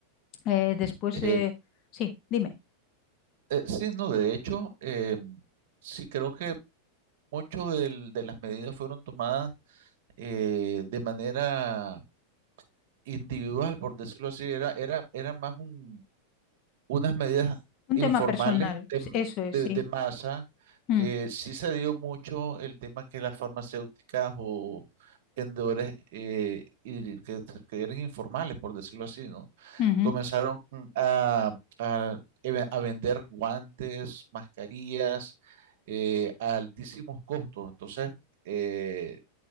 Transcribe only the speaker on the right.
Eh,
eh, sí, no, de hecho, em, sí creo que mucho de las medidas fueron tomadas eh, de manera individual, por decirlo así, era, era, era más un, unas medidas
informales
de,
de-
de masa.
Eh, sí se dio mucho el tema que las farmacéuticas o vendedores eh, y que, que eran informales, por decirlo así, ¿no?
Comenzaron a, a- a vender guantes, mascarillas eh, a altísimos costos. Entonces, eh,